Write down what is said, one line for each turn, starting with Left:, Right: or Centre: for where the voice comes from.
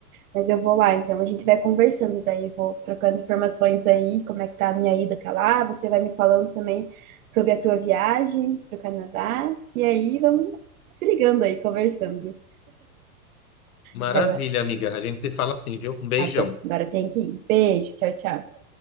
Right: Mas eu vou lá, então a gente vai conversando, daí eu vou trocando informações aí, como é que tá a minha ida pra lá, você vai me falando também sobre a tua viagem pro Canadá, e aí vamos se ligando aí, conversando.
Left: Maravilha,
Right: Mas Agora,
Left: amiga. A gente se fala assim, viu? Um beijão.
Right: tá bom, agora tem que ir. Beijo, tchau, tchau.